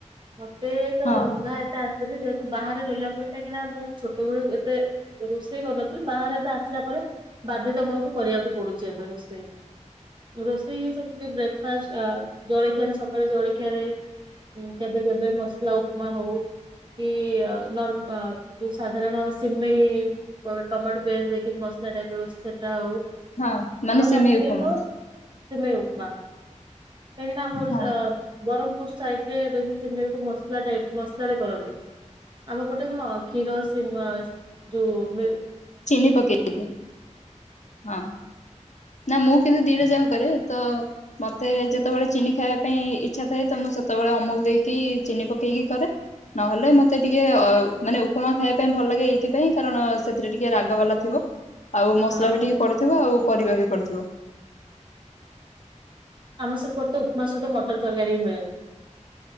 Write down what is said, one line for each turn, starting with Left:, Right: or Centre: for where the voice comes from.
Right: ମତେ ତ
Left: ହଁ
Right: ରନ୍ଧା ଏତ ଆଶେ ଯେହେତୁ ବାହାରେ ରହିଲା ପରେ କାହିଁକିନା ମୁଁ ଛୋଟବେଳୁ ଏତେ ରୋଷେଇ କରୁନଥିଲି ବାହାରେ ଏବେ ଆସିଲା ପରେ ବାଧ୍ୟତାମୁଳକ କରିବାକୁ ପଡୁଛି ଏବେ ରୋଷେଇ। ରୋଷେଇ ହେ ସେମିତି ବ୍ରେକଫାଷ୍ଟ ଜଳଖିଆରେ ସକାଳେ ଜଳଖିଆରେ ହଁ କେବେ କେବେ ମସଲା ଉପମା ହଉ କି ନର୍ ଯୋଉ ସାଧାରଣ ସିମେଇ ଟମାଟୋ ପିଆଜ ଦେଇକି ମସଲା ଟାଇପର ମିଳୁଛି ସେଟା ହଉ।
Left: ହଁ ମାନେ
Right: ଆଉ
Left: ସିମେଇ
Right: ରାତିରେ
Left: ଉପମା
Right: କଣ? ସିମେଇ ଉପମା କାହିଁକି ନା ଆମ ଓଡିଶା
Left: ହଁ
Right: ବରହମପୁର ସାଇଟରେ ରେ ବି ସିମେର କୁ ମସଲା ଟାଇପ ମସଲ ରେ କରନ୍ତି। ଆମ ପଟେ କଣ କ୍ଷୀର ସି ମସ ଯୋଉ ମିଲ୍କ
Left: ଚିନି ପକେଇକି। ହଁ ନା ମୁଁ କିନ୍ତୁ ଦିଟା ଯାକ କରେ ତ ମତେ ଯେତେବେଳେ ଚିନି ଖାଇବା ପାଇଁ ଇଚ୍ଛା ଥାଏ ତ ମୁଁ ସେତେବେଳେ ଅମୁଲ ଦେଇକି ଚିନି ପକେଇକି କରେ। ନହେଲେ ମତେ ଟିକେ ଅ ମାନେ ଉପମା ଖାଇବା ପାଇଁ ଭଲ ଲାଗେ ଏଇଥିପାଇଁ କାରଣ ସେ ସେଥିରେ ଟିକେ ରାଗ ବାଲା ଥିବ ଆଉ ମସଲା
Right: ହଁ
Left: ବି ଟିକେ ପଡିଥିବ ଆଉ ପରିବା ବି ପଡିଥିବ।
Right: ଆମ ସେପଟେ ତ ଉପମା ସହିତ ମଟର ତରକାରୀ ବି ମିଳେ।